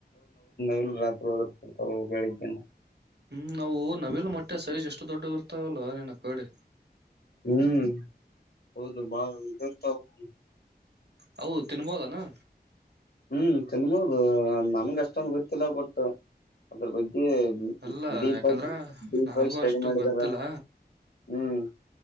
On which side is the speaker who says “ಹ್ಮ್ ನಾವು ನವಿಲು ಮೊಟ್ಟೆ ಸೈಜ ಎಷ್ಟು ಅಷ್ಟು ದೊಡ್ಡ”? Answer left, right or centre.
Right